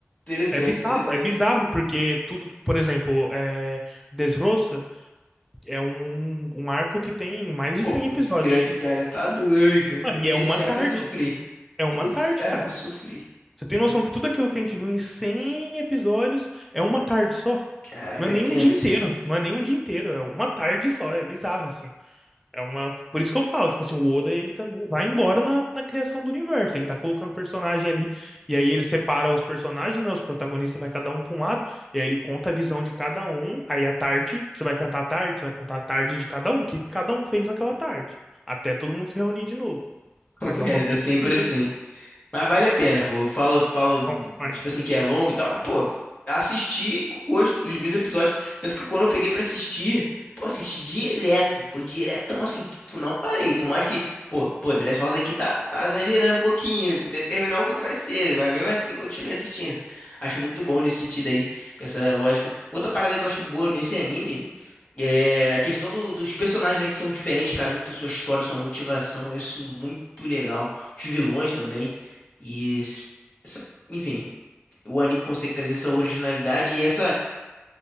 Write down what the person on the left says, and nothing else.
Interessante,
interessante.
Pô,
muito grande, cara. Tá doido.
Esse
arco
eu sofri.
Esse
arco
eu sofri.
Caraca,
é
tenso.
<laughs> Papo
reto,
é sempre
assim. Mas vale a pena, pô. Eu falo, falo,
tipo assim, que é longo e tal, mas, pô, assisti com gosto dos mesmos episódios. Tanto que quando eu peguei pra assistir, pô, assisti direto. Foi diretão, assim, tipo, não parei. Por mais que, pô, pô, Dress Rosa aqui tá, tá exagerando um pouquinho, determinar um pouco que vai ser, mas mesmo assim continuo assistindo. Acho muito bom nesse sentido aí, com essa lógica. Outra parada que eu acho boa nesse anime. É a questão do- dos personagens, né, que são diferentes, cada um tem sua história, sua motivação. Eu acho isso muito legal. Os vilões também. E s- essa- enfim, o anime consegue trazer essa originalidade e essa